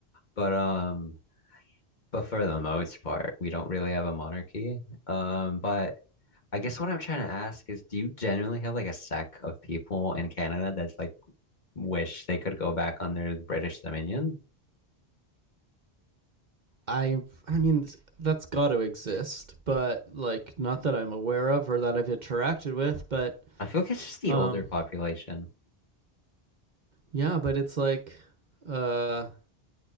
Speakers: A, on the left (about 45°); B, on the right (about 50°).
A: But um but for the most part, we don't really have a monarchy. Um, but I guess what I'm trying to ask is, do you generally have like a sect of people in Canada that's like wish they could go back on their British Dominion?
B: I I mean that's got to exist, but like not that I'm aware of or that I've interacted with. But
A: I feel like it's just the
B: um,
A: older population.
B: yeah, but it's like uh